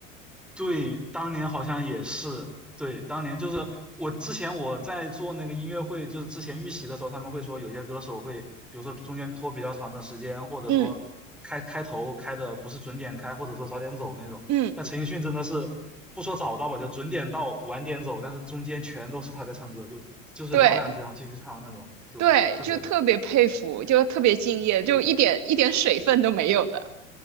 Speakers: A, in the centre; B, on the right (about 45°).
A: 对，当年好像也是，对，当年就是我之前我在做那个音乐会，就是之前预习的时候，他们会说有些歌手会，比如说中间拖比较长的时间，或者说开开头开的不是准点开，
B: 嗯
A: 或者说早点走那种。
B: 嗯，
A: 但陈奕迅真的是不说早到吧，就准点到晚点走，但是中间全都是他在唱歌，就就是聊两句然后继续唱那种，
B: 对。
A: 就特别的，
B: 对，就特别佩服，就特别敬业，
A: 是的，
B: 就一点一点水分都没有的。